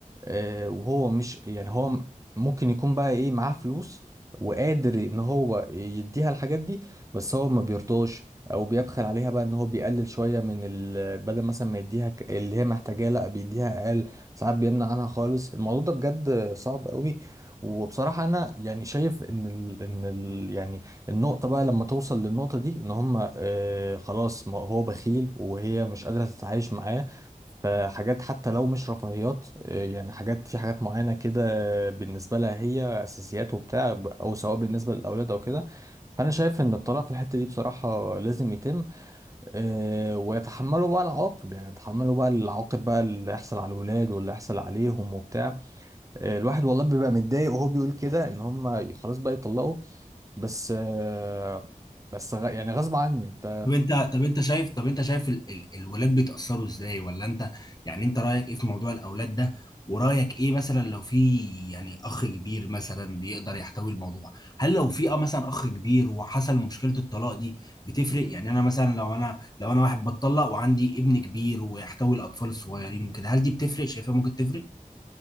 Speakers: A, on the right (about 25°); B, on the left (about 30°).
A: آه، وهو مش يعني هو م- ممكن يكون بقى ايه معاه فلوس وقادر ان هو يديها الحاجات دي بس هو ما بيرضاش او بيبخل عليها بقى ان هو بيقلل شويه من ال... بدل مثلا ما يديها ك- اللي هي محتاجاه لا بيديها اقل ساعات بيمنع عنها خالص الموضوع ده بجد صعب قوي وبصراحة أنا يعني شايف إن ال إن ال يعني النقطة بقى لما توصل للنقطة دي إن هما آه خلاص ما هو بخيل وهي مش قادرة تتعايش معاه فحاجات حتى لو مش رفاهيات آه يعني حاجات في حاجات معينة كده آه، بالنسبة لها هي أساسيات وبتاع ب- أو سواء بالنسبة للأولاد أو كده فأنا شايف إن الطلاق في الحتة دي بصراحة لازم يتم آه ويتحملوا بقى العواقب يعني يتحملوا بقى العواقب بقى اللي يحصل على الولاد واللي يحصل عليهم وبتاع آه، الواحد والله بيبقى متضايق وهو بيقول كده ان هم خلاص بقى يطلقوا بس آه، بس غ- يعني غصب عني انت
B: طب انت طب انت شايف طب انت شايف ال... ال... الولاد بيتاثروا ازاي ولا انت يعني انت رايك ايه في موضوع الاولاد ده ورايك ايه مثلا لو في يعني اخ كبير مثلا يقدر يحتوي الموضوع هل لو في اه مثلا اخ كبير وحصل مشكله الطلاق دي بتفرق يعني انا مثلا لو انا لو انا واحد بتطلق وعندي ابن كبير ويحتوي الاطفال الصغيرين وكده هل دي بتفرق شايفها ممكن تفرق